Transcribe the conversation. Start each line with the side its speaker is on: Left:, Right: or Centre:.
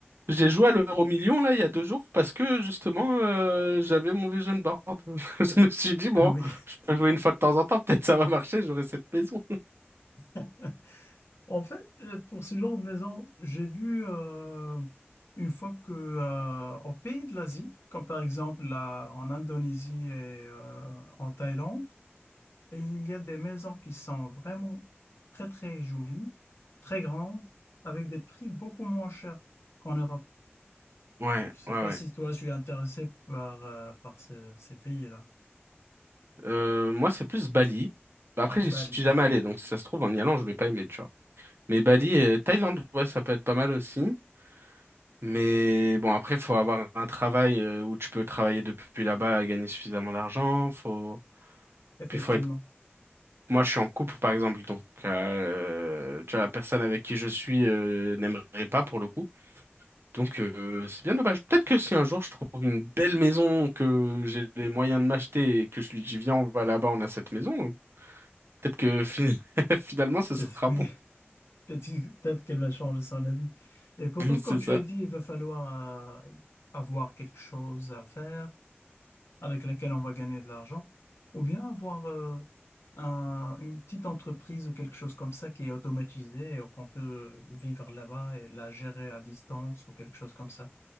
Right: J'ai joué à l'euro million là il y a deux jours parce que justement euh, j'avais mon vision board. <laughs> Je me suis dit bon,
Left: ah oui.
Right: je peux jouer une fois de temps en temps, peut-être ça va marcher, j'aurai cette maison.
Left: <laughs> En fait, euh, pour ce genre de maison, j'ai vu euh, une fois que euh, au pays de l'Asie, comme par exemple là, en Indonésie et euh, en Thaïlande, Et il y a des maisons qui sont vraiment très, très jolies, très grandes, avec des prix beaucoup moins chers qu'en Europe.
Right: Ouais,
Left: Bon, je ne sais
Right: ouais,
Left: pas
Right: ouais.
Left: si toi, tu es intéressé par, euh, par ce- ces pays-là.
Right: Euh, moi c'est plus Bali. Bah, Après j'y
Left: Bali,
Right: suis jamais allé, donc si ça se trouve en y allant je vais pas aimer, tu vois. Mais Bali et Thaïlande, ouais, ça peut être pas mal aussi. Mais bon après faut avoir un travail euh, où tu peux travailler depuis là-bas et gagner suffisamment d'argent. Faut
Left: effectivement.
Right: puis faut être Moi, je suis en couple, par exemple, donc euh, tu vois, la personne avec qui je suis euh, n'aimerait pas pour le coup. Donc, euh, c'est bien dommage. Peut-être que si un jour je trouve une belle maison, que j'ai les moyens de m'acheter et que je lui dis, viens, on va là-bas, on a cette maison, euh, peut-être que fi- <laughs> finalement, ce
Left: Peut-être
Right: sera
Left: oui,
Right: bon.
Left: <laughs> peut-être peut-être qu'elle va changer son avis. Et pourtant,
Right: <laughs>
Left: comme
Right: C'est
Left: tu
Right: ça.
Left: as dit, il va falloir euh, avoir quelque chose à faire. avec laquelle on va gagner de l'argent, ou bien avoir euh, un- une petite entreprise ou quelque chose comme ça qui est automatisée et qu'on peut vivre là-bas et la gérer à distance ou quelque chose comme ça.